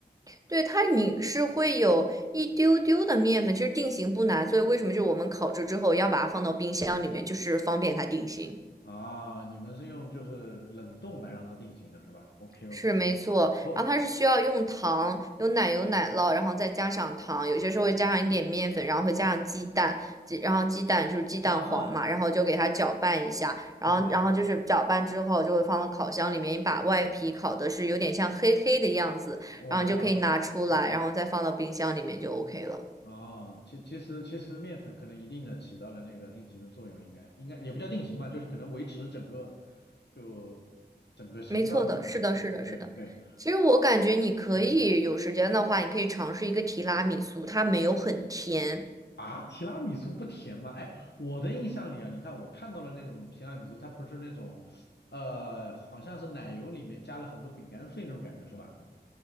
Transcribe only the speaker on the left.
啊，你们是用就是冷冻来让它定型的是吧？OK OK，
我
啊
OK，
我知道了，
嗯
哦，其其实其实面粉可能一定的起到了那个定型的作用，应该应该也不叫定型吧，就是可能维持整个就整个形状的。
对对对，
嗯
啊，提拉米苏不甜吗？哎，我的印象里啊，你看我看到了那种提拉米苏，它不是那种呃，好像是奶油里面加了很多饼干碎那种感觉是吧？